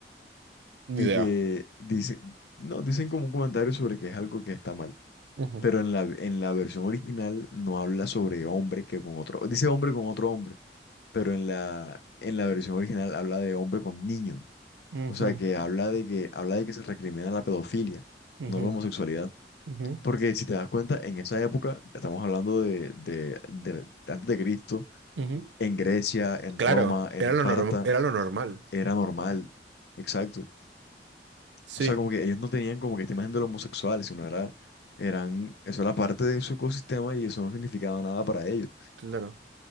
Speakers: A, on the right; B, on the left.
A: Ni
B: y
A: idea.
B: que dicen, no, dicen como un comentario sobre que es algo que está mal,
A: Ujú,
B: pero en la, en la versión original no habla sobre hombre que con otro, dice hombre con otro hombre, pero en la, en la versión original habla de hombre con niño,
A: ujú,
B: o sea que habla de que, habla de que se recrimina la pedofilia,
A: ujú,
B: no la homosexualidad.
A: ujú,
B: Porque si te das cuenta, en esa época, estamos hablando de, de, de- de antes de Cristo,
A: ujú.
B: en Grecia, en
A: Claro,
B: Roma, en
A: era
B: Esparta,
A: lo norm- era lo normal.
B: era normal. Exacto.
A: Sí,
B: O sea, como que ellos no tenían como que esta imagen de los homosexuales, sino era, eran, eso era parte de su ecosistema y eso no significaba nada para ellos.
A: claro.